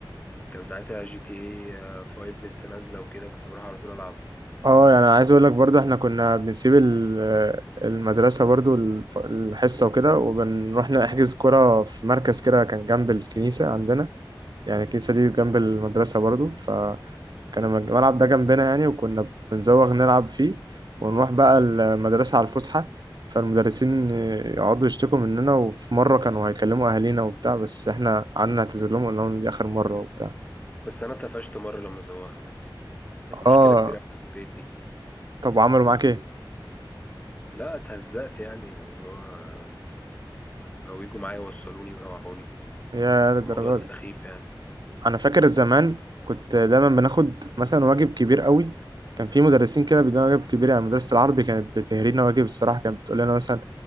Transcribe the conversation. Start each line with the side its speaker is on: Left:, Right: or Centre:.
Left: كان ساعتها جي تي اي 5 لسه نازلة وكده كنت بروح على طول العبها
Right: اه يعني عايز اقول لك برضو احنا كنا بنسيب ال- المدرسة برضو الف- الحصة وكده وبنروح نحجز كرة في مركز كده كان جنب الكنيسة عندنا يعني الكنيسة دي جنب المدرسة برضو فكان المج- الملعب ده جنبنا يعني وكنا بنزوغ نلعب فيه ونروح بقى المدرسة على الفسحة فالمدرسين يقعدوا يشتكوا مننا وفي مرة كانوا هيكلموا أهالينا وبتاع بس احنا قعدنا نعتذر لهم وقلنا لهم دي آخر مرة وبتاع
Left: بس انا اتقفشت مرة لما زوغت كانت مشكلة
Right: اه
Left: كبيرة أوي في البيت دي
Right: طب وعملوا معاك ايه؟
Left: لا اتهزقت يعني واللي هو بقوا يجوا معايا يوصلوني ويروحوني
Right: يا للدرجة
Left: كان موضوع سخيف يعني
Right: انا فاكر زمان كنت دايما بناخد مثلا واجب كبير قوي كان في مدرسين كده بيدونا واجب كبير يعني مدرسة العربي كانت بتهرينا واجب الصراحة كانت بتقول لنا مثلا